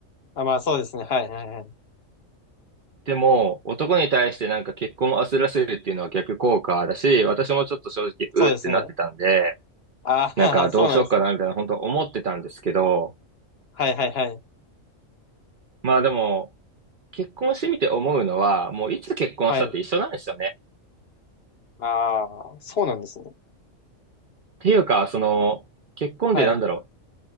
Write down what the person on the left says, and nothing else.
あ、まあそうですね。はい、はい、はい。
そうですね。ああ、
<laughs> そうなんですね。
はい、はい、はい。
はい。ああ、そうなんですね。
はい、